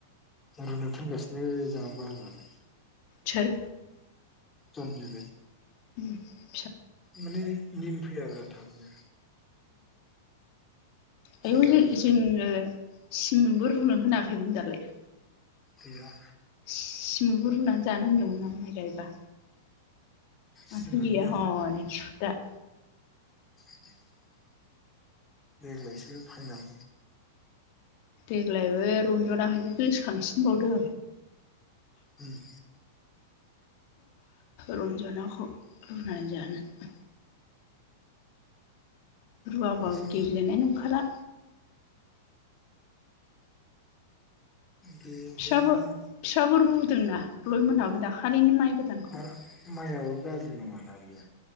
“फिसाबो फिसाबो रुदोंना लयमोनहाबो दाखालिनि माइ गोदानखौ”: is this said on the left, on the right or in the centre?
Left